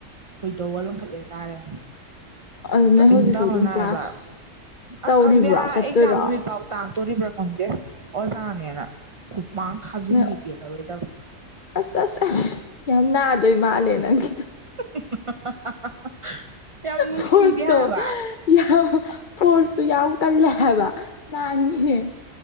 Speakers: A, on the right; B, on the left.
A: ꯈꯣꯏꯗꯧ ꯋꯥ ꯂꯪꯈꯠꯂꯦ ꯇꯥꯥꯔꯦ
B: ꯑꯗꯨ
A: ꯆꯠꯅꯤꯡꯗꯕꯅ
B: ꯅꯣꯏ ꯍꯧꯖꯤꯛꯁꯨ ꯑꯗꯨꯝ ꯀ꯭ꯂꯥꯁ
A: ꯍꯥꯏꯕ
B: ꯇꯧꯔꯤꯕ꯭ꯔꯣ
A: ꯑ ꯈꯪꯗꯦ
B: ꯆꯠꯇꯣꯏꯔꯣ
A: ꯑꯦꯛꯖꯥꯝ ꯅꯨꯃꯤꯠ ꯐꯥꯎ ꯇꯥꯛꯇꯣꯔꯤꯕ꯭ꯔ ꯈꯪꯗꯦ ꯑꯣꯖꯥꯅꯦꯅ ꯈꯨꯄꯥꯛꯅ ꯊꯥꯖꯤꯟꯒꯤ
B: ꯅꯣꯏ
A: ꯄꯦꯜꯂꯔꯣꯏꯗꯕꯅꯤ ꯇꯥꯛ
B: ꯑꯁ ꯑꯁ ꯑꯁ ꯌꯥꯝ ꯅꯥꯗꯣꯏ ꯃꯥꯜꯂꯦ ꯅꯪꯒꯤꯗꯣ
A: <unintelligible> ꯌꯥꯝ ꯅꯨꯡꯁꯤꯗꯦ
B: ꯐꯣꯔꯁꯇꯣ
A: ꯍꯥꯏꯕ
B: ꯌꯥꯝ ꯐꯣꯔꯁꯇꯨ ꯌꯥꯝ ꯀꯜꯂꯦ ꯍꯥꯏꯕ ꯅꯍꯥꯟꯒꯤ